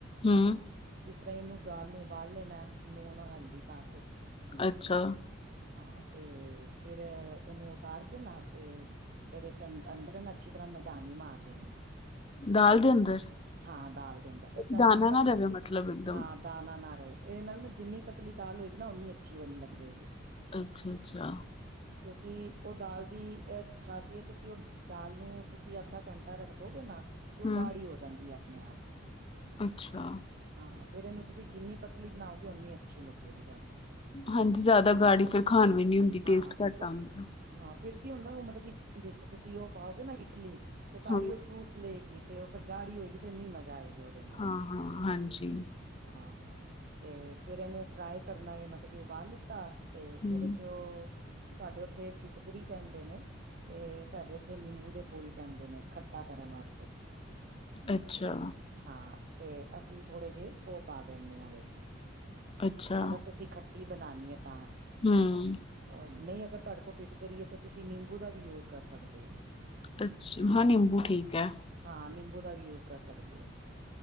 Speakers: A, on the left (about 30°); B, on the right (about 50°).
A: ਹਮ।
B: ਇਸ ਤਰ੍ਹਾਂ ਇਹਨੂੰ ਦਾਲ ਨੂੰ ਉਬਾਲ ਲੈਣਾ ਲੂਨ ਔਰ ਹਲਦੀ ਪਾ ਕੇ।
A: ਅੱਛਾ।
B: ਹਾਂ ਤੇ, ਫਿਰ ਇਹਨੂੰ ਉਤਾਰ ਕੇ ਨਾ ਤੇ ਏਦੇ ਚ' ਅੰਦਰਨ ਅੱਛੀ ਤਰ੍ਹਾਂ ਮੈਦਾਨੀ ਮਾਰ ਦੇਣੀ ਹੈ।
A: ਦਾਲ ਦੇ ਅੰਦਰ
B: ਹਾਂ ਦਾਲ ਦੇ ਅੰਦਰ, ਇੱਕਦਮ
A: ਦਾਣਾ
B: ਪਤਲੀ
A: ਨਾ ਰਵੇ ਮਤਲਬ ਇੱਕਦਮ
B: ਹਾਂ ਦਾਨਾਂ ਨਾ ਰਹੇ, ਇਹਦੇ ਨਾਲ ਨਾ ਜਿੰਨੀ ਪਤਲੀ ਦਾਲ ਹੋਏਗੀ ਨਾ ਉਨੀ ਅੱਛੀ ਬਣੀ ਲੱਗੇ ਗੀ।
A: ਅੱਛਾ-ਅੱਛਾ।
B: ਕਿਉਂਕਿ, ਉਹ ਦਾਲ ਦੀ ਇਹ ਖ਼ਾਸੀਅਤ ਕਿ ਉਹ ਦਾਲ ਨੂੰ, ਤੁਸੀਂ ਅੱਧਾ-ਘੰਟਾ ਰੱਖ ਦੋਗੇ ਨਾ, ਤੇ ਉਹ
A: ਹੂੰ,
B: ਗਾੜੀ ਹੋ ਜਾਂਦੀ ਹੈ। ਨਹੀਂ, ਆਪ
A: ਅੱਛਾ!
B: ਹਾਂ। ਫੇਰ ਇਹਨੂੰ ਤੁਸੀਂ ਜਿੰਨੀ ਪਤਲੀ ਬਣਾਓਗੇ ਉ ਓਨੀ ਅੱਛੀ ਲੱਗੇਗੀ ਤੁਹਾਨੂੰ।
A: ਹਾਂਜੀ। ਜਿਆਦਾ ਗਾੜੀ ਫਿਰ ਖਾਣ ਵੀ ਨੀ ਹੁੰਦੀ ਟੇਸਟ
B: ਹਾਂ
A: ਘੱਟ ਆਉਦਾਂ।
B: ਹਾਂ। ਫੇਰ ਕੀ ਹੁੰਦਾ, ਉਹ ਮਤਲਬ ਕਿ ਵਿੱਚ ਤੁਸੀਂ ਉਹ ਪਾਓਗੇ ਨਾ ਇਟਲੀ, ਤੇ ਸਾਰੀ
A: ਹਾਂ,
B: ਉਹ ਚੂਸ ਲਏਗੀ। ਤੇ ਉਹ ਫਿਰ ਗਾੜੀ ਹੋਏਗੀ, ਤੇ ਇੰਨੀ ਮਜ਼ਾ ਆਏਗਾ ਉਹਦੇ ਨਾਲ।
A: ਹਾਂ, ਹਾਂ ਹਾਂਜੀ
B: ਹਾਂ। ਤੇ ਫੇਰ ਇਹਨੂੰ ਫਰਾਈ ਕਰਨਾ ਵੀ ਮਤਲਬ ਕੀ ਉਬਾਲ ਲਿੱਤਾ। ਤੇ ਇਹ
A: ਹੂੰ
B: ਦੇ ਚ'ਉਹ, ਤੁਹਾਡੇ ਉੱਥੇ ਫਿਟਕਰੀ ਕਹਿੰਦੇ ਨੇ। ਤੇ ਸਾਡੇ ਇੱਥੇ ਨਿੰਬੂ ਦੇ ਫੁੱਲ ਕਹਿੰਦੇ ਨੇ ਖੱਟਾ ਕਰਨ ਵਾਸਤੇ।
A: ਅੱਛਾ।
B: ਹਾਂ। ਤੇ ਅਸੀਂ ਥੋੜੇ ਜਿਹੇ ਉਹ ਪਾ ਦਿੰਦੇ ਹਾਂ ਵਿੱਚ।
A: ਅੱਛਾ
B: ਅਗਰ, ਤੁਸੀਂ ਖੱਟੀ, ਬਣਾਣੀ ਹੈ ਤਾਂ
A: ਹਮ
B: ਐਰ, ਨਹੀਂ ਅਗਰ ਤੁਹਾਡੇ ਕੋਲ ਫਿੱਟਕਰੀ ਏ, ਤਾਂ ਤੁਸੀਂ ਨਿੰਬੂ ਦਾ ਵੀ, ਯੂਜ ਕਰ ਸਕਦੇ ਹੋ
A: ਅੱਛ ਹਾਂ, ਨਿੰਬੂ ਠੀਕ ਹੈ
B: ਹਾਂ ਨਿੰਬੂ ਦਾ ਵੀ, ਯੂਜ ਕਰ ਸਕਦੇ ਹੋ,